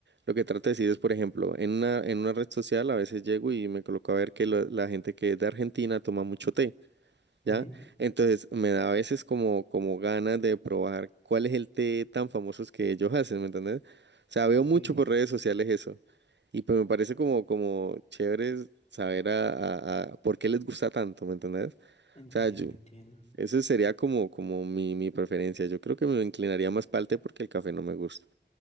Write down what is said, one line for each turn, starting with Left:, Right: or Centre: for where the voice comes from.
Right: lo que trato de decir es, por ejemplo, en una, en una red social a veces llego y me coloco a ver que lo- la gente que es de Argentina toma mucho té. ¿ya?
Left: Ujú.
Right: Entonces me da a veces como, como ganas de probar cuál es el té tan famoso que ellos hacen, ¿me entiendes? O sea, veo
Left: Ok.
Right: mucho por redes sociales eso. Y pues me parece como, como chévere saber a, a- a por qué les gusta tanto, ¿me entendés? O
Left: Entiendo,
Right: sea, yo,
Left: entiendo.
Right: eso sería como, como mi, mi preferencia. Yo creo que me inclinaría más para el té porque el café no me gusta.